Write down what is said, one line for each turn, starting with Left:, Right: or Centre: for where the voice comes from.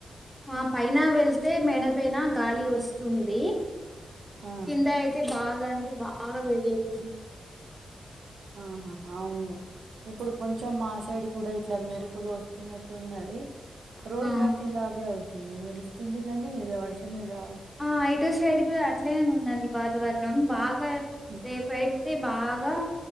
Centre: ఆ పైన వెళ్తే మెడ పైన గాలి వస్తుంది
Right: ఆ
Centre: కింద అయితే బాగ అంటే బాగ వేడి అయితుంది
Right: ఆహా హా అవును ఇప్పుడు కొంచెం మా సైడ్ కూడ ఇట్ల మెరుపులు వస్తున్నట్టున్నది రోజు
Centre: ఆ
Right: రాతి ఇలాగే అవుతుంది మెరుస్తుంది కానీ ఇద వర్షం ఎ రా
Centre: ఆ ఇటు సైడ్ కు అట్ల ఉన్నది వాతావరణం బాగ
Right: హ్మ్.
Centre: రేపు అయితే బాగ